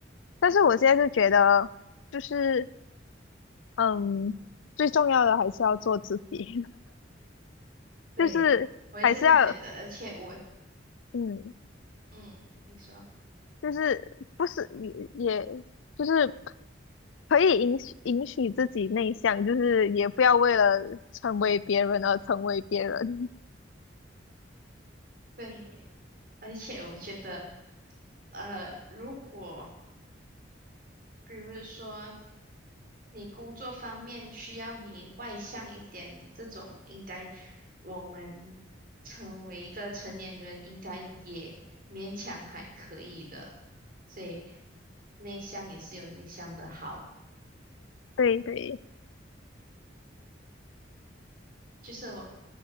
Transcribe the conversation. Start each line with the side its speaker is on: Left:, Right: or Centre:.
Left: 但是我现在就觉得，就是嗯，最重要的还是要做自己，<laughs>
Right: 对，
Left: 就是还是要
Right: 我也是这样觉得，而且我，
Left: 嗯
Right: 嗯，你说，
Left: 就是不是也也就是可以允许允许自己内向，就是也不要为了成为别人而成为别人。
Right: 对，而且我觉得，呃，如果比如说你工作方面需要你外向一点，这种应该我们成为一个成年人，应该也勉强还可以的，所以内向也是有内向的好。
Left: <laughs> 对对，
Right: 就是我